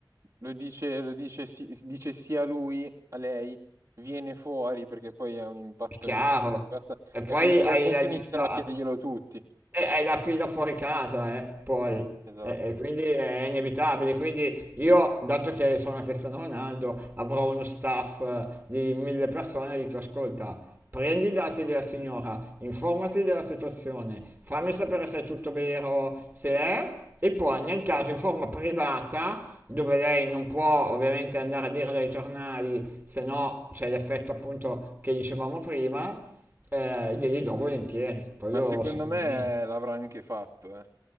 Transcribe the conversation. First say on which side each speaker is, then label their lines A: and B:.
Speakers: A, on the right (about 45°); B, on the right (about 25°).
A: lo dice, lo dice, sì- dice sia lui a lei, viene fuori perché poi è un impatto
B: è chiaro.
A: migliore. Basta-
B: E poi
A: E quindi da
B: hai
A: quel punto
B: la lista,
A: iniziano a chiederglielo tutti.
B: E hai la fila fuori casa, eh, poi.
A: Esatto.
B: E, e quindi è inevitabile. Quindi io, dato che sono Cristiano Ronaldo, avrò uno staff eh, di mille persone e dico, ascolta, prendi i dati della signora, informati della situazione, fammi sapere se è tutto vero, se è, e poi nel caso in forma privata, dove lei non può ovviamente andare a dire dai giornali, se no c'è l'effetto appunto che dicevamo prima, eh, glieli do volentieri, quello
A: Ma secondo
B: sicuramente.
A: me l'avrà anche fatto, eh.